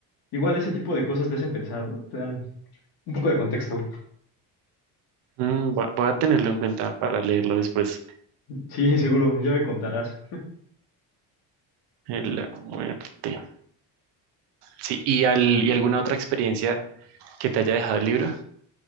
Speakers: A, on the left; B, on the right.
A: igual ese tipo de cosas te hacen pensar, ¿no? Te dan un poco de contexto.
B: mm, va- voy a tenerlo en cuenta para leerlo después.
A: Sí, seguro, ya me contarás.
B: Eh, La muerte. Sí, ¿y, al- y alguna otra experiencia que te haya dejado el libro?